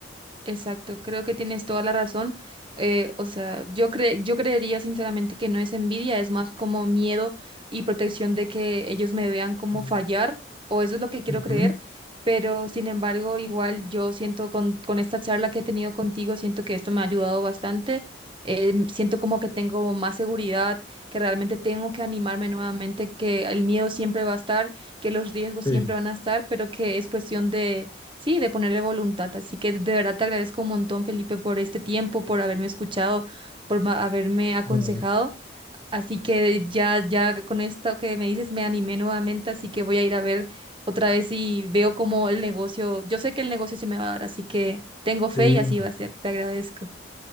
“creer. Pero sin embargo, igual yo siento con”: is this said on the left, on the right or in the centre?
Right